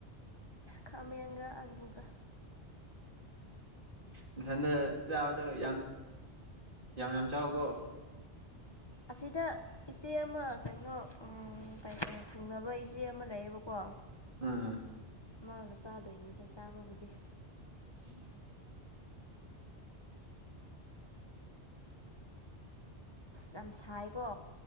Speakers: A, on the left (about 25°); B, on the right (about 50°).
A: ꯈꯥꯃꯦꯟꯒ ꯑꯂꯨꯒ
B: ꯅꯊꯟꯗ ꯆꯥꯕꯗꯣ ꯌꯥꯝ ꯌꯥꯝ ꯌꯥꯝ ꯆꯥꯎꯀꯣ
A: ꯑꯁꯤꯗ ꯏꯆꯦ ꯑꯃ ꯀꯩꯅꯣ ꯎꯝ ꯇꯩꯇ ꯊꯪꯅꯕ ꯏꯆꯦ ꯑꯃ ꯂꯩꯌꯦꯕꯀꯣ
B: ꯎꯝ
A: ꯃꯥꯒ ꯆꯥꯗꯣꯏꯅꯦꯗ ꯆꯥꯕꯕꯨꯗꯤ
B: <inaudible>
A: ꯌꯥꯝ ꯁꯥꯏꯀꯣ